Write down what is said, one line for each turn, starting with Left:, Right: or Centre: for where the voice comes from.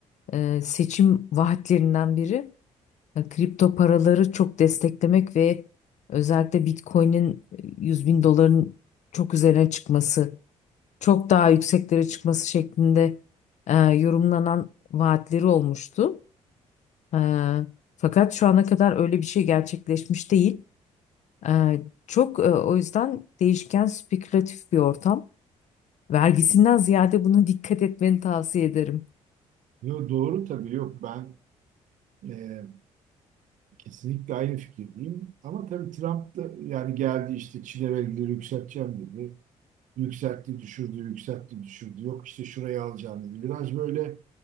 Left: e, seçim vaatlerinden biri e, kripto paraları çok desteklemek ve özellikle Bitcoin'in e, 100 bin doların çok üzerine çıkması, çok daha yükseklere çıkması şeklinde e, yorumlanan vaatleri olmuştu. E, fakat şu ana kadar öyle bir şey gerçekleşmiş değil. E, çok e, o yüzden değişken spekülatif bir ortam. Vergisinden ziyade buna dikkat etmeni tavsiye ederim.
Right: Yo, doğru tabii yok ben e, kesinlikle aynı fikirdeyim. Ama tabii Trump da yani geldi işte Çin'e vergileri yükselteceğim dedi. Yükseltti, düşürdü, yükseltti, düşürdü. Yok işte şurayı alacağım dedi. Biraz böyle